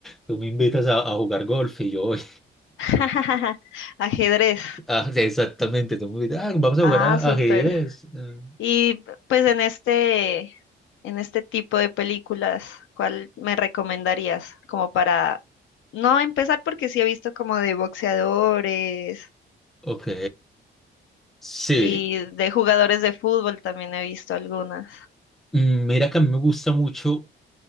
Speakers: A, in the centre; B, on the left.
A: tú me invitas a, a jugar golf y yo voy.
B: <laughs> Ajedrez.
A: <laughs> Ah, exactamente, tú me invitas, ah, vamos a
B: Ah,
A: jugar a
B: súper.
A: ajedrez. Ah,
B: Y pues en este, en este tipo de películas, ¿cuál me recomendarías? Como para no empezar porque sí he visto como de boxeadores
A: ok. Sí,
B: y de jugadores de fútbol también he visto algunas.
A: mm, mira que a mí me gusta mucho,